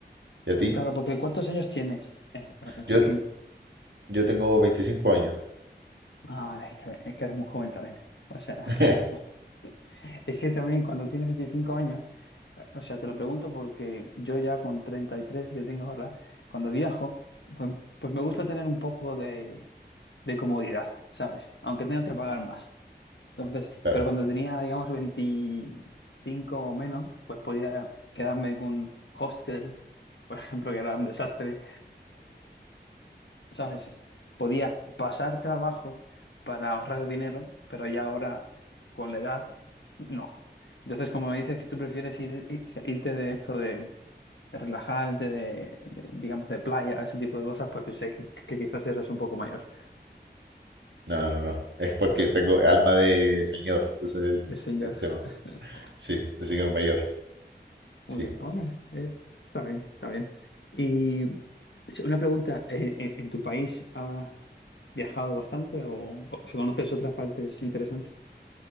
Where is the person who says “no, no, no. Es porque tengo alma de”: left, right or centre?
Right